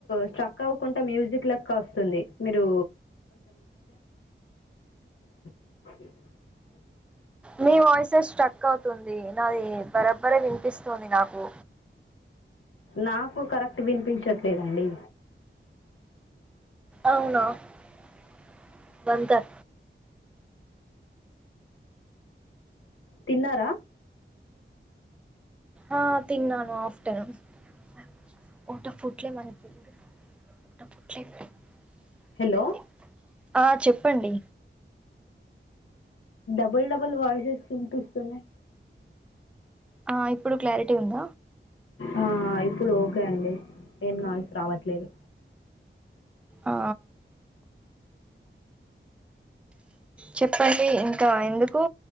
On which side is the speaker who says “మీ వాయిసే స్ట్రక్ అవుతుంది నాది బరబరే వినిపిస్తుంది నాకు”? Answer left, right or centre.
Centre